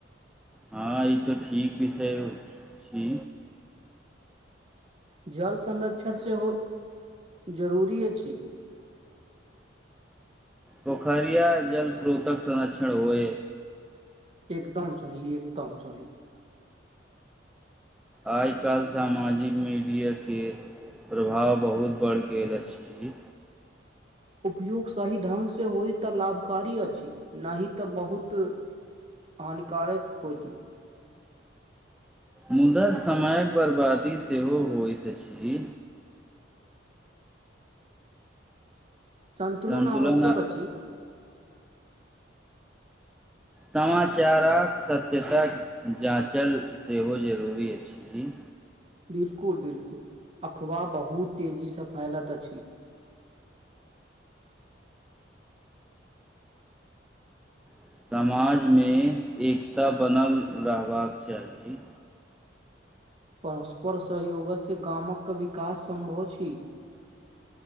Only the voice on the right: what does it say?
जल संरक्षण सेहो जरूरी अछि।
एकदम सही एकदम सही
उपयोग सही ढ्ंग से होइ तऽ लाभकारी अछि, नहि तऽ बहुत हानिकारक खोजी
सन्तुलन
आवश्यक
अछि।
बिलकुल बिलकुल अफवाह बहुत तेजी से फैलत अछि। <unintelligible>
परस्पर सहयोगसँ गामक विकास सम्भव छी।